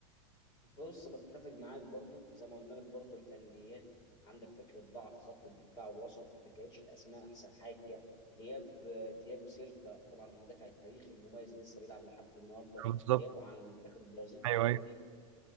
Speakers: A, on the left (about 25°); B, on the right (about 80°).
A: بص بتفق معاك برضو زي ما قلنا لك برضو الفنيات عندك فكره ضعف خط الدفاع والوسط ما كانتش الاسماء احسن حاجه غياب آه، تياجو سيلفا طبعا المدافع التاريخي المميز اللي لسه بيلعب لحد النهارده
B: بالظبط
A: غيابه عن منتخب البرازيل في
B: ايوه
A: الفتره
B: ايوه
A: دي